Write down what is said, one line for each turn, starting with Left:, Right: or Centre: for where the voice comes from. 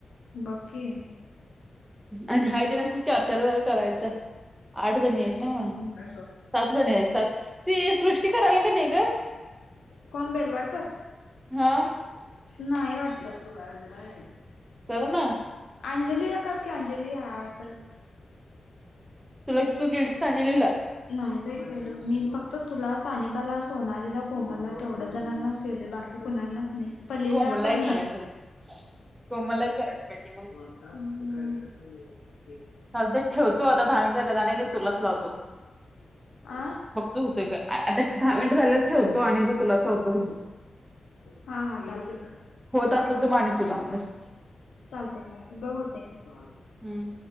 Left: बघ की.
Right: आणि हाय दिनास चार चार व करायचा आठ जणी आहेत
Left: हम्म
Right: नव्हं. सात जणी आहे सात त सृष्टी करायला का नाही ग?
Left: कोण बेलवाडकर
Right: हा.
Left: नाही आहे वाटतड बाला.
Right: कर ना.
Left: अंजलीला करकी अंजली हाय परत.
Right: तुला तू गेलतीस अंजलीला
Left: नाहील मी फक्त तुला स्थानिकाला सोनालीला कोमरला तेवढं जणांनाच केले बाकी कुणानाच नाही पल्लाप
Right: कोमलला एक
Left: न
Right: कराय पाहिजे. कोमलला एक करायला पाहिजे मग
Left: हो आता काय काय ते
Right: चाल ते ठेवतो आता दहा मिनिटात त्या नाही तर तुलाच लावतो. बघत
Left: आ
Right: होतय का आता झा ठेवतो आणि त तुलासा होत. ि
Left: हा हा चालतय
Right: होत असल तर माने तुला म्हणच
Left: चालते चालते बघ होते का?
Right: हम्म